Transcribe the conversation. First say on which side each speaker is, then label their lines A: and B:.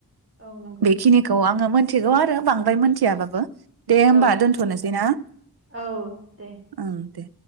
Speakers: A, on the right; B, on the right.
A: औ नंगौ
B: बेखिनिखौ आङो मो मिथिगौ आरो बांद्राय मोनथियाबाबो दे होमबा
A: औ
B: दोनथ'नोसै ना
A: औ दे
B: ओं दे